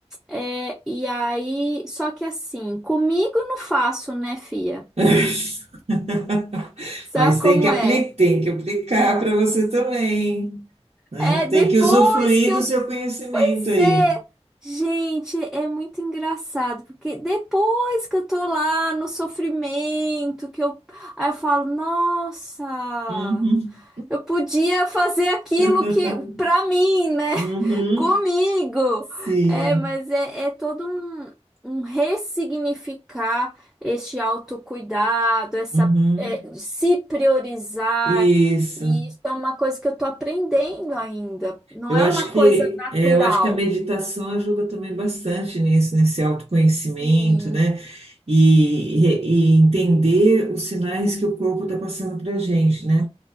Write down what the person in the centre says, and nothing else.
É, e aí, só que assim, comigo não faço, né, fia?
Sabe
como
é?
É
depois
que eu.
Pois
é! Gente, é muito engraçado, porque depois que eu tô lá no sofrimento, que eu. Aí eu falo, nossa!
Eu podia fazer aquilo
que, pra mim, né?
<laughs> Comigo.
É, mas é, é todo um, um ressignificar este autocuidado, essa,
é, se priorizar.
E isso é uma coisa que eu tô aprendendo ainda. Não
é
uma coisa
natural.
Sim,